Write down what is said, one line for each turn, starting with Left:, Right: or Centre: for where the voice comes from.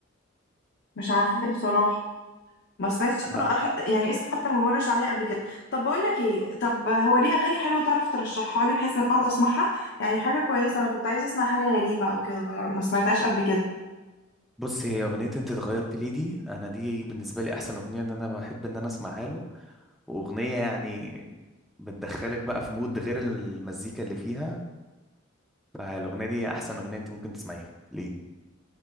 Left: مش عارفاها بصراحة ما سمعتش عنه
Centre: لا
Left: أنا حتى يعني اسم حتى ما مرش عليا قبل كده طب بقول لك ايه طب هو ليه اغاني حلوه تعرف ترشحها لي بحيث ان انا اقعد اسمعها يعني حاجه كويسه انا كنت عايزه اسمع حاجه غريبه او كده ما ما سمعتهاش قبل كده
Centre: بص هي اغنيه انت اتغيرتي ليه دي انا دي بالنسبه لي احسن اغنيه ان انا بحب ان انا اسمعها له واغنيه يعني بتدخلك بقى في مود غير المزيكا اللي فيها فالاغنيه دي احسن اغنيه انت ممكن تسمعيها ليه